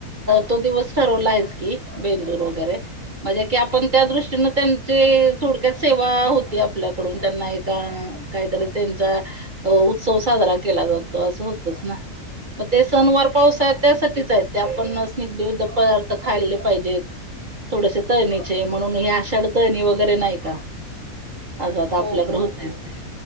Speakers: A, on the right; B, on the right.
A: तो दिवस ठरवलायचं की बेंदूर वगैरे म्हणजे की आपण त्या दृष्टीनं त्यांची थोडक्यात सेवा होती आपल्याकडून त्यांना एका काहीतरी त्यांचा उत्सव साजरा केला जातो असं होतच ना मग ते सणवार पावसाळ्यात त्यासाठीच आहेत ते आपण स्नीग्धयुक्त पदार्थ खाल्ले पाहिजेत. थोडेसे तळणीचे म्हणून हे आषाढ तळणी वगैरे नाही का? असं आता आपल्याकडे
B: हो हो
A: होतच
B: हो
A: ते.